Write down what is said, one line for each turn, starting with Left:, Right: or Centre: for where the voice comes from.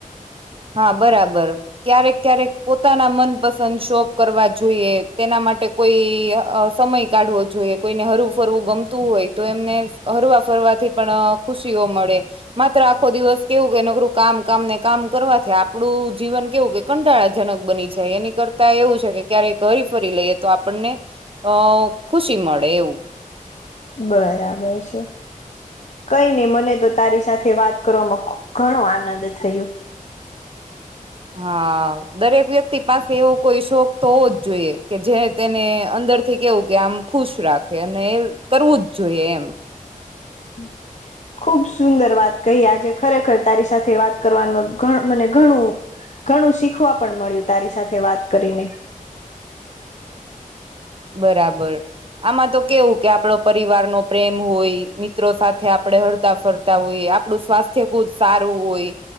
Right: હા, બરાબર, ક્યારેક ક્યારેક પોતાના મનપસંદ શોખ કરવા જોઈએ, તેના માટે કોઈ અ સમય કાઢવો જોઈએ, કોઈને હરવું-ફરવું ગમતું હોય તો એમને હરવા ફરવાથી પણ ખુશીઓ મળે. માત્ર આખો દિવસ કેવું કે નકરું કામ કામ ને કામ કરવા થી આપણું જીવન કેવું કે કંટાળા જનક બની જાય, એની કરતા તા એવું છે કે ક્યારેક હરી-ફરી લઈએ તો આપણને અ ખુશી મળે એવું.
Left: બરાબર છે. કઈ ને મને તો તારી સાથે વાત કરવામાં ઘણો આનંદ થયો.
Right: હા, દરેક વ્યક્તિ પાસે એવો કોઈ શોખ તો ઓવો જ જોઈએ કે જે તેને અંદરથી કેવું કે આમ ખુશ રાખે ને એ કરવું જ જોઈએ એમ.
Left: હુમ્મ,
Right: <unintelligible>
Left: ખૂબ સુંદર વાત કહી, આજે ખરેખર તારી સાથે વાત કરવાનું ઘ મને ઘણું ઘણું શીખવા પણ મળ્યું તારી સાથે વાત કરીને.
Right: બરાબર, આમાં તો કેવું કે આપડો પરિવારનો પ્રેમ હોય. મિત્રો સાથે આપડે હરતા-ફરતા હોએ આપડું સ્વાસ્થ્ય ખુદ સારું હોય.